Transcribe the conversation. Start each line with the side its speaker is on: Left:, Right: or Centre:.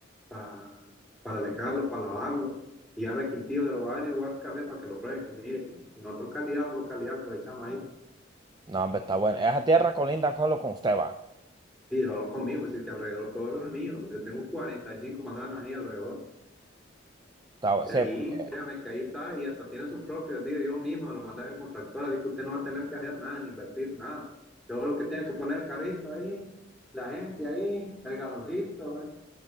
Centre: para, para secarlo, para lavarlo. Y ahora el quintillo de los barrios, guardar café para que lo pruebe, que mire, que nosotros calidad o localidad pues echamos ahí.
Right: No, hombre, está bueno. Esa tierra colinda con lo que usted va.
Centre: Y solo conmigo, así que alrededor todo es mío. Yo tengo 45 manzanas ahí alrededor.
Right: Está bu-
Centre: De
Right: sí,
Centre: ahí,
Right: porque...
Centre: créame que ahí está y hasta tiene sus propios vídeos. Yo mismo se lo mandé al contractor, así que usted no va a tener que hacer nada, ni invertir nada. Todo lo que tiene que poner el carrito ahí, la gente ahí, el galoncito, ¿eh?